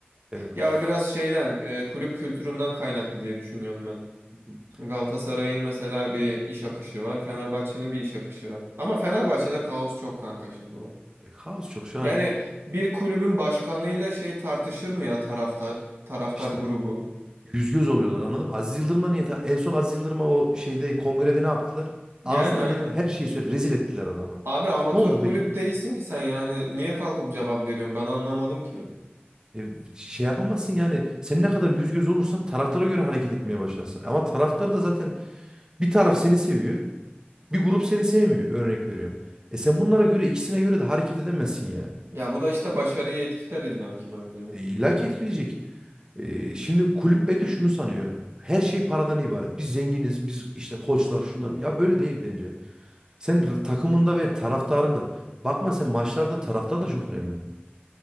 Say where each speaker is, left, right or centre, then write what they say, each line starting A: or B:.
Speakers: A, on the right; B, on the right.
A: yani
B: Ya
A: f-
B: o biraz şeyden e, kulüp kültüründen kaynaklı diye düşünüyorum ben.
A: Hı hı.
B: Şimdi Galatasaray'ın
A: e,
B: mesela bir iş akışı var. Fenerbahçe'nin bir iş akışı var. Ama Fenerbahçe'de kaos çok kanka şimdi.
A: e, kaos çok şu
B: Yani
A: an
B: bir kulübün başkanıyla şey tartışır mı ya taraftar, taraftar
A: işte
B: grubu?
A: yüz göz oluyorlar anladın mı? Aziz Yıldırım'la niye ta- en son Aziz Yıldırım'a o şeyde kongrede ne yaptılar?
B: Yani
A: Ağzından
B: aynen.
A: gelen her şeyi söyle rezil ettiler adamı.
B: Abi amatör
A: Ne oldu
B: kulüp
A: peki?
B: değilsin ki sen yani niye kalkıp cevap veriyorsun ben anlamadım ki.
A: E, şey yapamazsın yani sen ne kadar yüz göz olursan taraftara göre hareket etmeye başlarsın. Ama taraftar da zaten bir taraf seni seviyor, bir grup seni sevmiyor örnek veriyorum. E sen bunlara göre ikisine göre de hareket edemezsin yani.
B: Ya bu da işte başarıyı etkiler illa ki bence.
A: E, İlla ki etkileyecek. E, şimdi kulüp bence şunu sanıyor. Her şey paradan ibaret. Biz zenginiz, biz işte koçlar şunlar. Ya böyle değil bence. Sen takımında ve taraftarında bakma sen maçlarda taraftar da çok önemli.